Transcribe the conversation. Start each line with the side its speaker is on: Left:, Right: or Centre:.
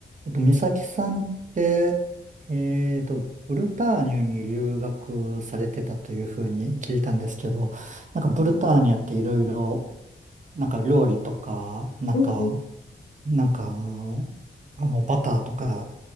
Right: えっと、美咲さんって、えっと、ブルターニュに留学されてたというふうに聞いたんですけど、なんかブルターニュっていろいろ、
Left: うん
Right: なんか料理とか、なんか、
Left: うん
Right: なんか、あの、バターとか、